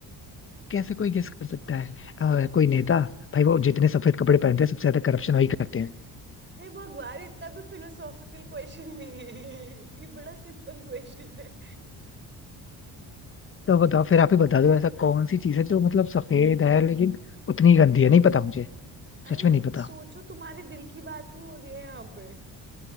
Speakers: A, on the left; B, on the right.
A: कैसे कोई गेस कर सकता है अ, कोई नेता भाई वो जितने सफेद कपड़े पहनते हैं सबसे ज्यादा करप्शन वही करते हैं
B: हे भगवान इतना भी फिलोसॉफिकल क्वेश्चन नहीं है <laughs> ये बड़ा सिंपल क्वेश्चन है
A: तो बताओ फिर आप ही बता दो ऐसा कौन सी चीज है जो मतलब सफेद है लेकिन उतनी ही गंदी है नहीं पता मुझे
B: अरे
A: सच में नहीं पता
B: सोचो तुम्हारे दिल की बात नहीं हो रही है यहाँ पे